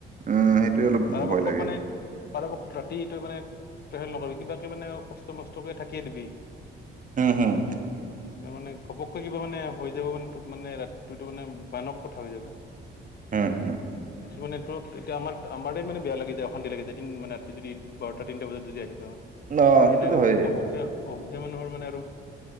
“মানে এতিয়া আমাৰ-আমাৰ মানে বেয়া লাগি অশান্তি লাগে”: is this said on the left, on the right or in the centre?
Left